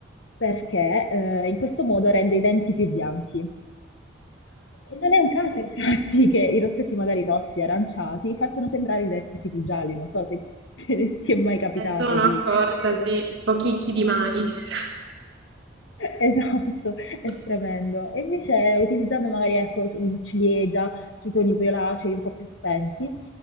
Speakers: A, on the left; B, on the right.
A: perché eh, in questo modo rende i denti più bianchi. E non è un caso, infatti, che i rossetti magari rossi, aranciati, facciano sembrare i denti più gialli, non so se <laughs> ti è mai capitato
B: E sono
A: di
B: accorta,
A: io avevo
B: sì,
A: questa sensazione.
B: tipo chicchi di mais.
A: Esatto, è
B: <laughs>
A: tremendo. E invece utilizzando magari ecco, il ciliegia sui toni violacei un po' più spenti,